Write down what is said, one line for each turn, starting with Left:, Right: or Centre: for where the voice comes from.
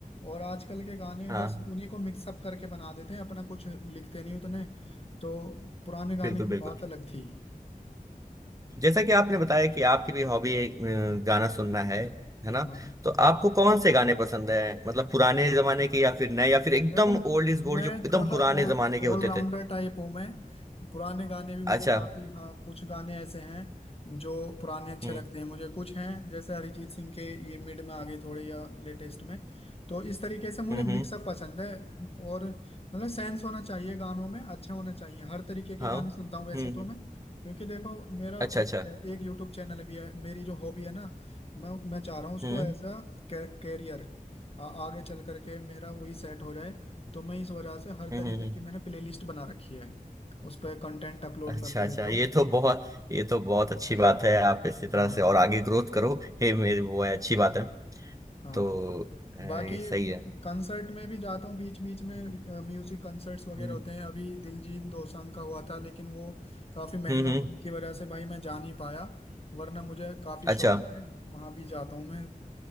Left: और आजकल के गाने
Right: हाँ
Left: बस उन्हीं को मिक्सअप करके बना देते हैं अपना कुछ लिखते नहीं उतने तो पुराने गाने
Right: बिल्कुल
Left: की
Right: बिल्कुल
Left: बात अलग थी
Right: जैसा कि आपने बताया कि आपकी भी हॉबी एक, अ, गाना सुनना है है ना
Left: हाँ
Right: तो आपको कौन से गाने पसंद है मतलब पुराने जमाने के या फिर नए या फिर एकदम
Left: देखो
Right: ओल्ड इज गोल्ड
Left: मैं
Right: जो एकदम
Left: थोड़ा
Right: पुराने
Left: ऑल
Right: जमाने के होते
Left: ऑलराउंडर
Right: थे
Left: टाइप हूँ मैं पुराने गाने भी मेरे
Right: अच्छा
Left: काफी हाँ कुछ गाने ऐसे हैं जो पुराने अच्छे
Right: हम्म
Left: लगते हैं मुझे कुछ हैं जैसे अरिजीत सिंह के ये मिड में आ गए थोड़े या लेटेस्ट में तो इस तरीके से मुझे
Right: हम्म हम्म,
Left: मिक्सअप पसंद है और मतलब सेंस होना चाहिए गानों में अच्छे होने चाहिए हर तरीके के
Right: हाँ
Left: गाने
Right: हम्म
Left: सुनता हूँ वैसे
Right: हम्म,
Left: तो मैं क्योंकि देखो मेरा
Right: अच्छा
Left: एक,
Right: अच्छा
Left: एक यूट्यूब चैनल भी है मेरी जो हॉबी है ना मैं मैं चाह रहा हूँ उसको
Right: हम्म
Left: एज अ कैरियर आ, आगे चल करके मेरा वही सेट हो जाए तो मैं इस वजह से हर
Right: हम्म
Left: तरीके
Right: हम्म हम्म,
Left: की मैंने प्लेलिस्ट बना रखी है उस पर कंटेंट अपलोड
Right: अच्छा
Left: करता
Right: अच्छा
Left: रहता
Right: ये
Left: हूँ
Right: तो बहुत ये तो बहुत अच्छी बात है आप इसी तरह
Left: हाँ
Right: से और आगे ग्रोथ करो हे मेरे वो है अच्छी बात है
Left: हाँ
Right: तो अ, ये
Left: बाकी
Right: सही है
Left: कंसर्ट में भी जाता हूँ बीच बीच में म्यूजिक कंसर्ट्स वगैरह
Right: हम्म
Left: होते हैं अभी दिलजीत दोसांझ का हुआ था लेकिन वो काफी महंगा
Right: हम्म हम्म,
Left: होने की वजह से भाई मैं जा नहीं पाया वरना मुझे काफी
Right: अच्छा
Left: शौक है वहां भी जाता हूँ मैं